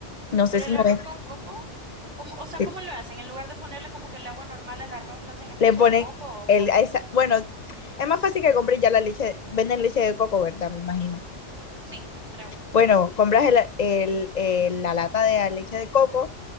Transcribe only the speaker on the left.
No sé
si
no
es.
si
Le
ponen
el,
a esa- bueno, es más fácil que compres ya la leche, venden leche de coco, ¿verdad? Me imagino.
Bueno, compras el- el- el- la lata de la leche de coco